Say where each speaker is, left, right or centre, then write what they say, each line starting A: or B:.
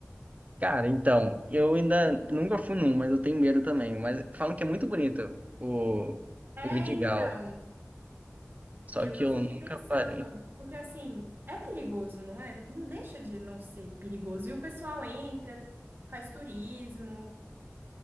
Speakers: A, on the right; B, on the right.
A: Cara, então, eu ainda nunca fui num, mas eu tenho medo também. Mas falam que é muito bonito o,
B: É,
A: o Vidigal.
B: então,
A: Só
B: eu,
A: que
B: eu
A: eu
B: fiquei
A: nunca
B: pensando,
A: parei.
B: porque assim, é perigoso, não é? Não deixa de não ser perigoso. E o pessoal entra, faz turismo,